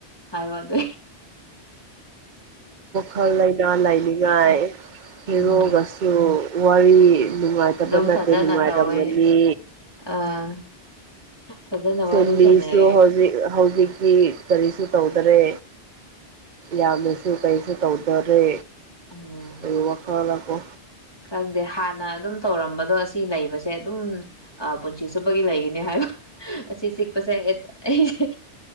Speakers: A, on the left; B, on the right.
A: ꯍꯥꯏ ꯋꯥꯗ
B: ꯋꯥꯜ ꯂꯩꯥꯏꯅꯥ ꯂꯥꯏꯅꯤꯡꯉꯥꯏ ꯍꯔꯣꯒꯁꯨ
A: ꯎꯝ
B: ꯋꯥꯔꯤ ꯅꯨꯡꯉꯥꯏꯇꯕ
A: ꯑꯗꯨꯝ
B: ꯅꯠꯇꯦ
A: ꯐꯖꯅ
B: ꯅꯨꯡꯉꯥꯏꯔꯝꯒꯅꯤ
A: ꯇꯧꯋꯦ ꯑꯥ ꯐꯖꯅ
B: ꯐꯦꯃꯂꯤꯁꯨ
A: ꯋꯥꯔꯤ ꯁꯥꯟꯅꯩ
B: ꯍꯧꯖꯤꯛ ꯍꯧꯖꯤꯛꯀꯤ ꯀꯔꯤꯁꯨ ꯇꯧꯗꯔꯦ ꯌꯥꯝꯅꯁꯨ ꯀꯔꯤꯁꯨ ꯇꯧꯗꯔꯦ
A: ꯎꯝ
B: ꯍ ꯋꯥꯈꯔꯂꯀꯣ
A: ꯈꯪꯗꯦ ꯍꯥꯟꯅ ꯑꯗꯨꯝ ꯇꯧꯔꯝꯕꯗꯣ ꯑꯁꯤ ꯂꯩꯕꯁꯦ ꯑꯗꯨꯝ ꯄꯨꯟꯁꯤ ꯁꯨꯕꯒꯤ ꯂꯩꯒꯅꯤ ꯍꯥꯏꯕ ꯑꯁꯤ ꯆꯤꯛꯄꯁꯦ ꯑꯩꯁꯦ